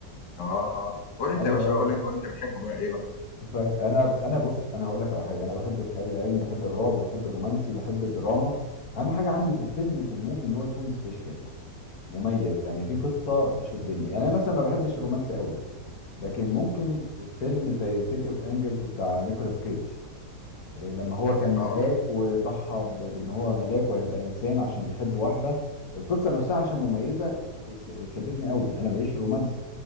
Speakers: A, on the left (about 85°); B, on the left (about 60°).
A: اه اه قول انت
B: ايوه
A: يا باشا
B: ايوه
A: بقى قول
B: فاكر
A: قول انت بتحبه بقى ايه بقى
B: فاكر انا انا بص انا هقول لك على حاجه انا بحب الخيال العلمي بحب الرعب بحب الرومانسي بحب الدراما اهم حاجه عندي في الفيلم في الموفي ان هو يكون سبيشال مميز يعني في قصه تشدني يعني انا مثلا ما بحبش الرومانسي قوي لكن ممكن فيلم زي سيتي اوف انجلز بتاع نيكولاس كيدج آه، لما هو كان
A: اه
B: ملاك وضحى ب- بان هو ملاك وهيبقى انسان عشان بيحب واحده القصه نفسها عشان مميزه س- شدتني قوي انا ماليش رومانسي